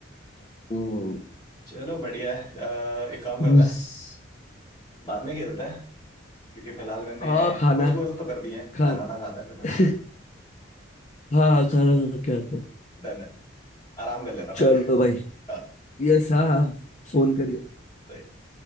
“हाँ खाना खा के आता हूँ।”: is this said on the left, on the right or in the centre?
Left